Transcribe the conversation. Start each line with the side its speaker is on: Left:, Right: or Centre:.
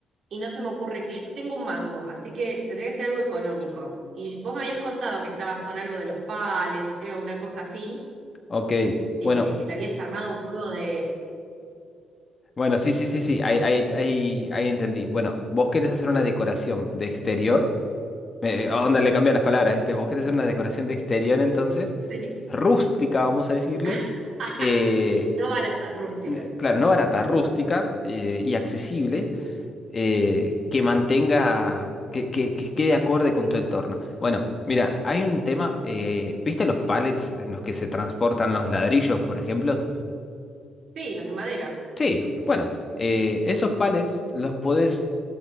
Right: y no se me ocurre que no tengo un mango, así que tendría que ser algo económico. Y vos me habías contado que estabas con algo de los pallets, creo, una cosa así,
Left: ok.
Right: eh,
Left: Bueno,
Right: que te habías armado un juego de...
Left: bueno, sí, sí, sí, sí. Ahí, ahí, ahí, ahí entendí. Bueno, vos querés hacer una decoración de exterior. Eh, eh, onda, le cambié las palabras, ¿viste? Vos querés hacer una decoración de exterior entonces.
Right: Sí.
Left: Rústica, vamos a decirle.
Right: <laughs>
Left: Eh,
Right: No barata, rústica.
Left: eh, claro, no barata, rústica eh, y accesible, eh, que mantenga, que, que- que quede acorde con tu entorno. Bueno, mira, hay un tema, eh, ¿viste los pallets en los que se transportan los ladrillos, por ejemplo?
Right: Sí, los de madera,
Left: Sí, bueno, eh, esos pallets los podés,